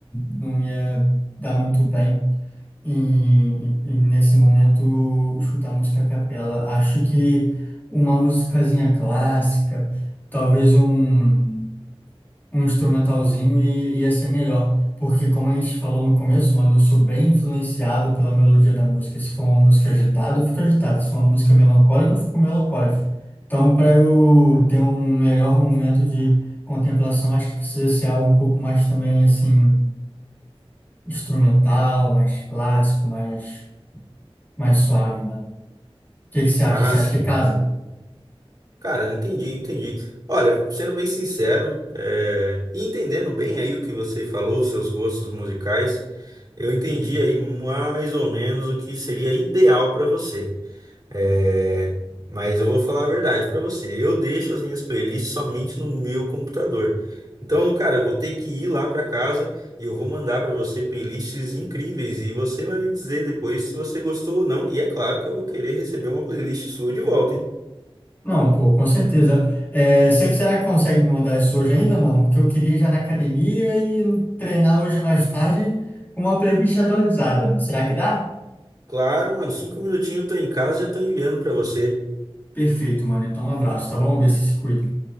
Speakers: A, on the left (about 20°); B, on the right (about 40°).
A: não ia dar muito bem em, em- em, nesse momento, escutar música a capela. Acho que uma musicazinha clássica, talvez um um instrumentalzinho e ia ser melhor. Porque, como a gente falou no começo, mano, eu sou bem influenciado pela melodia da música. Se for uma música agitada, eu fico agitado. Se for uma música melancólica, eu fico melancólico. Então, para eu ter um melhor momento de contemplação, acho que precisa ser algo um pouco mais também, assim, instrumental, mais clássico, mais, mais suave, mano. O que que você acha?
B: Ah,
A: Você
B: sim.
A: acha que casa?
B: Cara, entendi, entendi. Olha, sendo bem sincero, é, e entendendo bem aí o que você falou, os seus gostos musicais, eu entendi aí mais ou menos o que seria ideal para você. É, mas eu vou falar a verdade pra você. Eu deixo as minhas playlists somente no meu computador. Então, cara, eu vou ter que ir lá pra casa e eu vou mandar pra você playlists incríveis e você vai me dizer depois se você gostou ou não. E é claro que eu vou querer receber uma playlist sua de volta, hein?
A: Não, pô, com certeza. É, você- será que consegue me mandar isso hoje ainda, mano? Porque eu queria ir já na academia e treinar hoje mais tarde com uma playlist atualizada. Será que dá?
B: Claro, mano. Cinco minutinhos eu tô em casa e já tô enviando pra você.
A: Perfeito, mano. Então, um abraço, tá bom? Vê se se cuida.